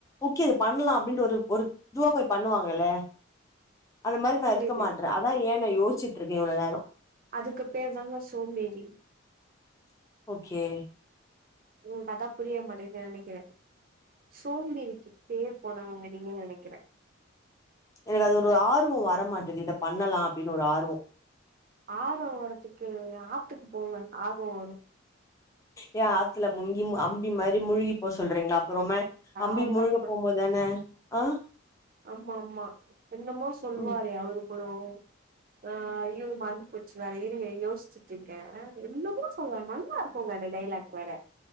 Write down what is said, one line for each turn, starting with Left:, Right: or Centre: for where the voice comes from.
Left: ஓகே அது பண்ணலா அப்படனு ஒரு ஒரு இதுவா போய் பண்ணுவாங்கல்ல அந்த மாரி நா
Right: புரியுது
Left: இருக்க மாட்ற அதா ஏன்னு நா யோசி ச்சிட்டு இருக்க இவ்ளோ நேர
Right: அதுக்கு பேர்தாங்க சோம்பேறி
Left: ஓகே
Right: உனக்கு அதா புரிய மாட்டேங்குது நெனைக்கிறே சோம்பேறிக்கு பேர் போனவங்க நீங்கனு நெனைக்கிற
Left: எனக்கு அது ஒரு ஆர்வம் வர மாட்டது இத பண்ணலா அப்டின்னு ஒரு ஆர்வம்
Right: ஆர்வம் வரத்துக்கு ஆத்துக்கு போங்க ஆர்வம் வரு
Left: ஏ ஆத்துல முங்கி அம்பி மாரி முழுகி போ சொல்றீங்ளா ரொம அம்பி
Right: அவளதா
Left: முழுக
Right: போ
Left: போம்போதுதான ஆஹ
Right: ஆமா ஆமா என்னமோ சொல்லுவாரு
Left: ம்
Right: அவுருகுரோ ஆஹ் ஐய்யோ மறந்து போச்சு வேற இருங்க யோசிச்சுட்டுயிருக்கேன் என்னமோ சொல்லுவா நல்லா இருக்குங்க அந்த டைலாக் வேற.